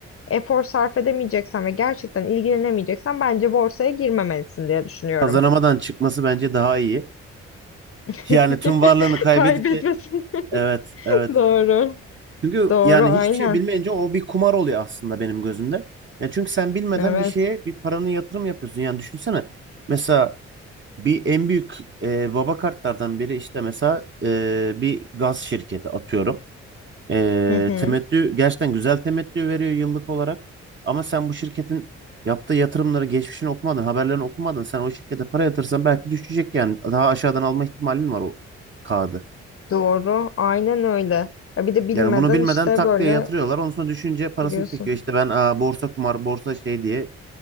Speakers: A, on the left; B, on the right.
A: Efor sarf edemeyeceksen ve gerçekten ilgilenemeyeceksen bence borsaya girmemelisin diye düşünüyorum.
B: Kazanamadan çıkması bence daha iyi.
A: <laughs>
B: Yani tüm varlığını kaybedip
A: Kaybetmesin.
B: de
A: <laughs>
B: evet evet
A: Doğru.
B: Çünkü
A: Doğru,
B: yani
A: aynen.
B: hiçbir şey bilmeyince o bir kumar oluyor aslında benim gözümde. Yani çünkü sen bilmeden
A: Evet.
B: bir şeye bir paranı yatırım yapıyorsun. Yani düşünsene mesela bir en büyük e, baba kartlardan biri işte mesela e, bir gaz şirketi atıyorum. E,
A: Hı hı.
B: temettü gerçekten güzel temettü veriyor yıllık olarak. Ama sen bu şirketin yaptığı yatırımları geçmişini okumadın, haberlerini okumadın. Sen o şirkete para yatırsan belki düşecek yani. Daha aşağıdan alma ihtimalin var o kağıdı.
A: Doğru, aynen öyle. Ya bir de bilmeden
B: Yani bunu bilmeden
A: işte
B: tak
A: böyle
B: diye yatırıyorlar. Ondan sonra düşünce parasını
A: giriyorsun.
B: çekiyor. İşte ben aa, borsa kumar, borsa şey diye